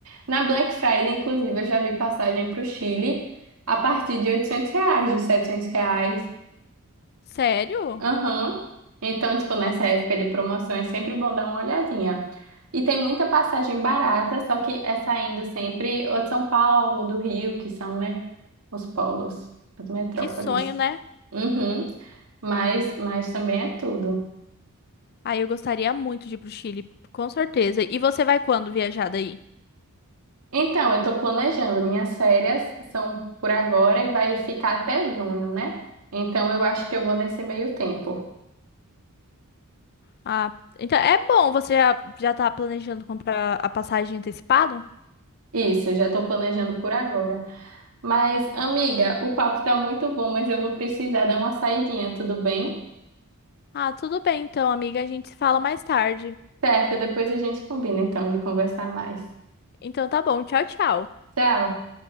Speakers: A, on the right; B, on the left.
A: Na Black Friday, inclusive, eu já vi passagem para o Chile a partir de 800 reais, de 700 reais.
B: Sério?
A: Aham. Então, tipo, nessa
B: Nossa,
A: época de promoção é sempre bom dar uma olhadinha. E tem muita passagem barata, só que é saindo sempre ou de São Paulo ou do Rio, que são, né, os polos, as metrópoles.
B: que sonho, né?
A: Uhum. Mas, mas também é tudo.
B: Aí eu gostaria muito de ir pro Chile, com certeza. E você vai quando viajar daí?
A: Então, eu estou planejando. Minhas férias são por agora e vai ficar até junho, né? Então, eu acho que eu vou nesse meio tempo.
B: Ah, então é bom, você já, já tá planejando comprar a passagem antecipado?
A: Isso, eu já estou planejando por agora. Mas, amiga, o papo está muito bom, mas eu vou precisar dar uma saidinha, tudo bem?
B: Ah, tudo bem então, amiga, a gente se fala mais tarde.
A: Certo, depois a gente combina então de conversar mais.
B: Então tá bom, tchau, tchau.
A: Tchau.